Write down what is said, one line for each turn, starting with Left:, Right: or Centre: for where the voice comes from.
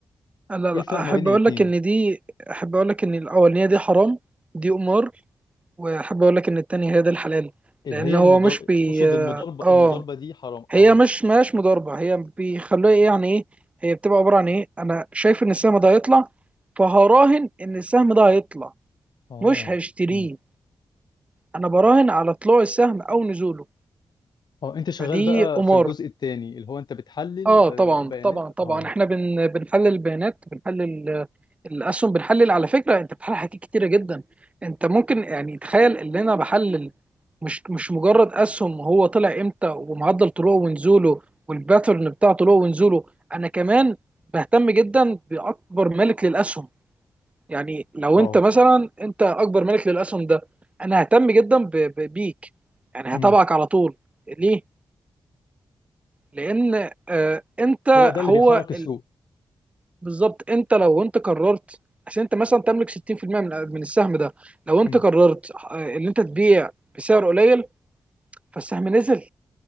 Right: لا لا
Left: ايه الفرق ما
Right: احب
Left: بين الاتنين
Right: اقول لك ان دي احب اقول لك ان الاولانيه دي حرام دي قمار واحب اقول لك ان التانية هي دي الحلال
Left: اللي
Right: لان
Left: هي
Right: هو
Left: المضار
Right: مش بي
Left: تقصد المضاربة
Right: اه
Left: المضاربة دي حرام اه
Right: هي مش مش مضاربه هي بيخلوها ايه يعني ايه هي بتبقى عباره عن ايه انا شايف ان السهم ده هيطلع فهراهن ان السهم ده هيطلع
Left: اه
Right: مش هشتريه
Left: أمم.
Right: انا براهن على طلوع السهم او نزوله
Left: اه انت شغال
Right: فدي
Left: بقى
Right: قمار
Left: في الجزء التاني اللي هو انت بتحلل
Right: اه
Left: آه،
Right: طبعا
Left: بيانات
Right: طبعا طبعا
Left: اه
Right: احنا بن بنحلل البيانات بنحلل آه، الاسهم بنحلل على فكره انت بتحلل حاجات كتيره جدا انت ممكن يعني تخيل ان انا بحلل مش مش مجرد اسهم هو طلع امتى ومعدل طلوعه ونزوله والباترن بتاع طلوعه ونزوله انا كمان بهتم جدا باكبر مالك للاسهم يعني لو
Left: اه
Right: انت مثلا انت اكبر مالك للاسهم ده انا ههتم جدا ب- ب- بيك يعني
Left: أمم.
Right: هتابعك على طول ليه لان آه، انت
Left: هو ده اللي
Right: هو
Left: بيحرك السوق
Right: بالظبط انت لو انت قررت عشان انت مثلا تملك 60% من من السهم ده لو انت
Left: أمم.
Right: قررت آه، ان انت تبيع بسعر قليل فالسهم نزل